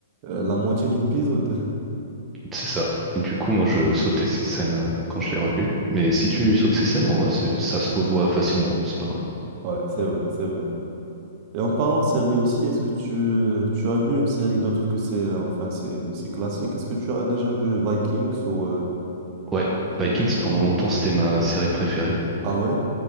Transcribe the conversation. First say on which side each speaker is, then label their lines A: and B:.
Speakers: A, on the right (about 40°); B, on the right (about 15°).
A: euh, la moitié de l'épisode. <laughs>
B: C'est ça. Du coup, moi, je sautais ces scènes euh, quand je l'ai revu. Mais si tu sautes ces scènes, en vrai, c'est- ça se revoit facilement. C'est pas mal.
A: Ouais, c'est vrai, c'est vrai. Et en parlant de séries aussi, est-ce que tu, tu as vu une série d'autre que c'est, euh, enfin, c'est, c'est classique? Est-ce que tu as déjà vu Vikings ou, euh,
B: Ouais,
A: ou-
B: Vikings, pendant longtemps, c'était ma série préférée.
A: Ah ouais?